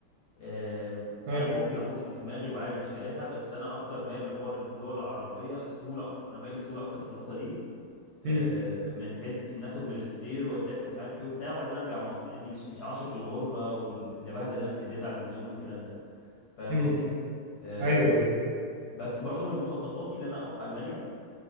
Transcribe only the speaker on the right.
اه
مم.
مم.
ايوه